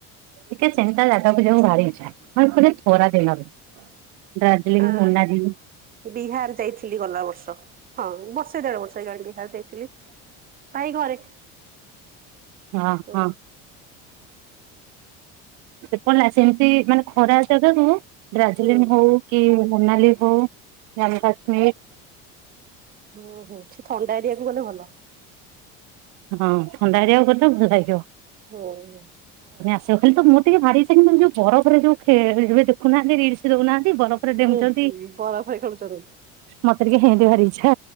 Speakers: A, on the right; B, on the right.
A: ଟିକେ ସେମିତି ଅଜଗାକୁ ଯିବାକୁ ଭାରିଇଛା ନହେଲେ ପୁଣି ଖରା ଦିନରେ। ଦାର୍ଜିଲିଂ
B: ଆ
A: ମୁନାଲି ହଁ
B: ବିହାର ଯାଇଥିଲି ଗଲା ବର୍ଷ। ହଁ ବର୍ଷେଏ ଦେଡ ବର୍ଷେ ହୋଇଗଲାଣି ବିହାର ଜାଇଥିଲି ଭାଇ ଘରେ।
A: ହଁ
B: ହୁଁ
A: ହଁ। ସେ ପଲା ସେମିତି ମାନେ ଖରା ଜାଗାକୁ ଦାର୍ଜିଲିଂ
B: ହୁଁ
A: ହଉ କି ମୋନାଲି ହଉ ଯାମ୍ମୁ କାଶ୍ମୀରି
B: ହୁଁ ହୁଁ ସେ ଥଣ୍ଡା ଏରିଆକୁ ଗଲେ ଭଲ।
A: ହଁ ଥଣ୍ଡା ଏରିଆକୁ ଗଲେ ଭଲ ଲାଗିବ।
B: ହଉ।
A: ସେ ଖାଲିତ ମୋର ଟିକେ ଭାରିଇଛା କିନ୍ତୁ ଯଉ ବରଫ ରେ ଖେଳ ଯୋଉ ଦେଖୁ ନାହାଁନ୍ତି ରିଲିସୀ ଦେଉନାନ୍ତି। ବଲଫରେ ଡେଉଁଛନ୍ତି
B: ହୁଁ ବରଫରେ ଖେଳୁଛନ୍ତି।
A: ମତେ ଟିକେ ହେନ୍ତି ଭାରି ଇଚ୍ଛା